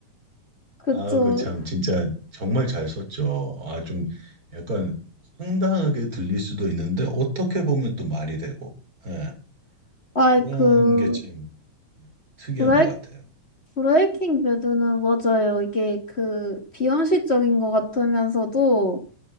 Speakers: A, on the left; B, on the right.
A: 그쪽,
B: 아, 그 참 진짜 정말 잘 썼죠. 아, 좀 약간 황당하게 들릴 수도 있는데 어떻게 보면 또 말이 되고, 예,
A: 아,
B: 그런
A: 그,
B: 게참 음, 특이한
A: 브레이
B: 것 같아요.
A: 브레이킹 배드는 맞아요. 이게 그, 비현실적인 것 같으면서도